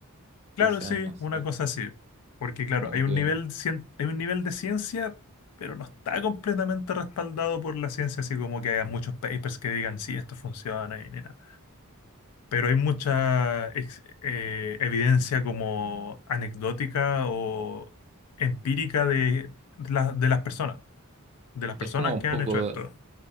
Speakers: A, on the left (about 85°); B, on the right (about 30°).
A: Claro,
B: quizás,
A: sí,
B: no sé,
A: una cosa así. Porque claro,
B: como
A: hay un
B: que
A: nivel, cien- hay un nivel de ciencia, pero no está completamente respaldado por la ciencia, así como que haya muchos papers que digan, sí, esto funciona y ni nada. pero hay mucha ex- eh, evidencia como anecdótica o empírica de, la- de las personas, de las personas
B: es como un
A: que
B: poco...
A: han hecho esto.